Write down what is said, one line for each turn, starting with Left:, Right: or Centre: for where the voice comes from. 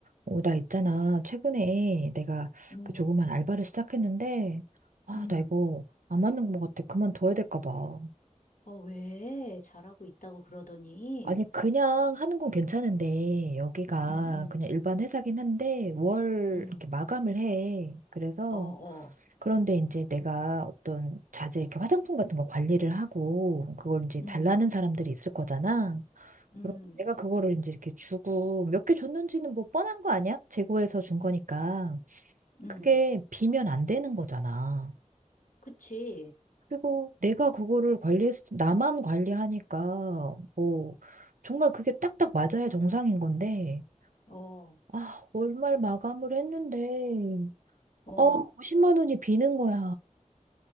Right: 어, 나 있잖아. 최근에 내가
Left: 음,
Right: 그 조그만 알바를 시작했는데, 아,
Left: 음.
Right: 나 이거 안 맞는 것 같아. 그만둬야 될까 봐.
Left: 어, 왜? 잘하고 있다고 그러더니.
Right: 아니, 그냥 하는 건 괜찮은데, 여기가
Left: 음, 음,
Right: 그냥 일반 회사긴 한데, 월
Left: 음.
Right: 이렇게 마감을 해. 그래서,
Left: 어, 어.
Right: 그런데 이제 내가 어떤 자재, 이렇게 화장품 같은 거 관리를 하고, 그걸 이제
Left: 음,
Right: 달라는 사람들이 있을 거잖아.
Left: 음,
Right: 그럼 내가 그거를 이제 이렇게 주고, 몇 개 줬는지는 뭐 뻔한 거 아니야? 재고에서 준 거니까.
Left: 음.
Right: 그게 비면 안 되는 거잖아.
Left: 그치.
Right: 그리고 내가 그거를 관리했, 나만 관리하니까, 뭐, 정말 그게 딱딱 맞아야 정상인 건데,
Left: 어,
Right: 아, 월말 마감을 했는데,
Left: 어.
Right: 어, 50만 원이 비는 거야.